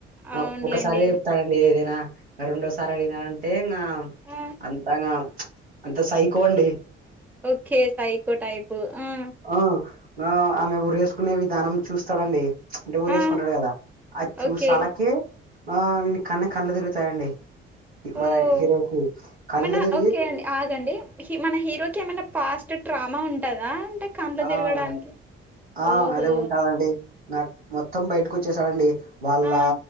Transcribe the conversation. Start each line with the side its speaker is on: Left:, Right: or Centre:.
Centre: అవునులేండి
Right: ఓ ఒకసారే చెప్తాడండి ఏదైనా రెండోసారి అడిగినా అంటే ఇంగ
Centre: ఆ
Right: అంతగా అంత సైకో అండి
Centre: ఓకే సైకో టైపు ఆ
Right: ఆ ఆ ఆమె ఉరి వేసుకునే విధానం చూస్తాడండి అంటే ఉరి
Centre: ఆ
Right: ఎసుకుంటాడు కదా అద్ చూస్
Centre: ఓకే
Right: అలాకే ఆ వీని కనే కళ్ళలు తిరుగుతాయిండి ఈ మన
Centre: ఓ
Right: హీరోకు కల్ళుతిరిగి
Centre: మన ఓకే అండి ఆగండి హీ మన హీరోకి ఏమైనా పాస్ట్ ట్రామా ఉంటాదా అంటే కండ్లు
Right: ఆ
Centre: తిరగడానికి
Right: ఉ ఆ
Centre: ఓహో
Right: అదే ఉంటాదండి నాక్ మొత్తం బయిటుకు వచ్చేసాడండీ వాళ్ళ
Centre: ఆ